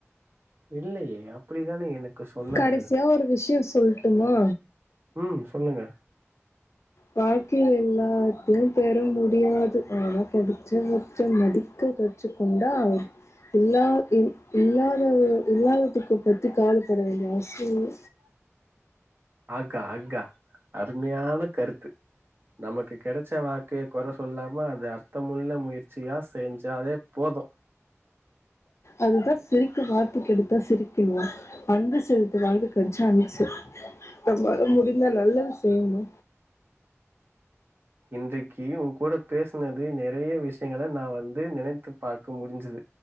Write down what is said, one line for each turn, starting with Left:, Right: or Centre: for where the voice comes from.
Right: இல்லையே அப்படிதானே எனக்கு சொன்னார்கள்
Left: கடைசியா ஒரு விஷயம் சொல்லட்டுமா
Right: ம் சொல்லுங்க
Left: வாழ்க்கையில எல்லாத்தையு பெற முடியாது ஆனா படிச்ச வச்ச மதிக்க கத் வச்சு கொண்டா இல்ல இல் இல்லாதத இல்லாததுக்கு பத்தி கவலைப்பட வேண்டிய அவசியம்
Right: <inaudible> ஆக்கா அக்ஹா அருமையான கருத்து நமக்கு கிடைச்ச வாழ்க்கைய குறை சொல்லாம அது அர்த்தமுள்ள முயற்சியா செஞ்சாவே போதும்
Left: அதுதா சிரிக்க <unintelligible> எடுத்தா சிரிக்கணு அன்பு செலுத்தி வாழு <unintelligible> நம்பளால முடிஞ்ச நல்லது செய்ணு
Right: இன்றைக்கு உன் கூட பேசினது நெறைய விஷயங்கள நா வந்து நெனை த்து பார்க்க முடிஞ்சது